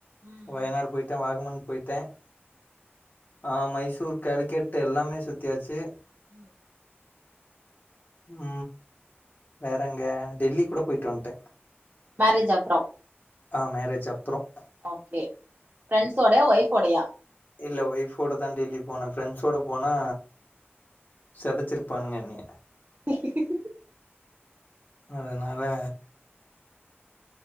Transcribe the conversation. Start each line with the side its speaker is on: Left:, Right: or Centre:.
Right: ம்
Left: வயநாடு போயிட்டேன் வாகமன் போயிட்டேன் ஆ மைசூர் கேலிகெட்ட எல்லாமே சுத்தியாச்சு
Right: ம்
Left: ம் ப எங்க டெல்லி கூட போயிட்டு வந்துட்டேன்
Right: மோரேஜ் அப்றம்
Left: ஆ மேரேஜ் அப்பறம்
Right: ஓகே ஃப்ரெண்ட்ஸோடயா ஒய்ஃபோடையா
Left: இல்ல ஒய்ஃபோட தா டெல்லி போனேன் ஃப்ரெண்ட்ஸோட போனா செதச்சிருப்பானுங்க என்னிய
Right: ஹ் ஹ் ஹ்
Left: அதனால